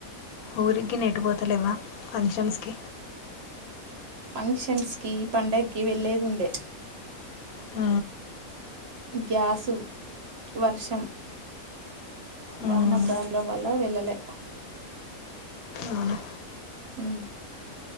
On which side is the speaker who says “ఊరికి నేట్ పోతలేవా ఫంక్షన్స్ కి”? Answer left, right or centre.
Left